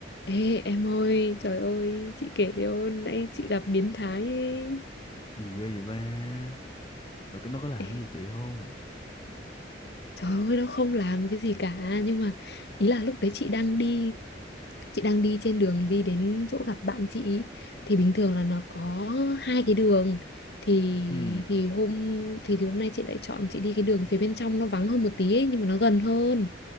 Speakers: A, on the left (about 60°); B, on the left (about 25°).
A: Ê em ơi, trời ơi, chị kể cho nãy chị gặp biến thái ấy.
B: gì ghê vậy ba rồi cái nó có làm
A: Ê,
B: gì chị không
A: trời ơi, nó không làm cái gì cả. Nhưng mà ý là lúc đấy chị đang đi, chị đang đi trên đường đi đến chỗ gặp bạn chị. Thì bình thường là nó có hai cái đường. Thì
B: ừ
A: thì hôm thì thì hôm nay chị lại chọn chị đi cái đường phía bên trong nó vắng hơn một tí ấy, nhưng mà nó gần hơn.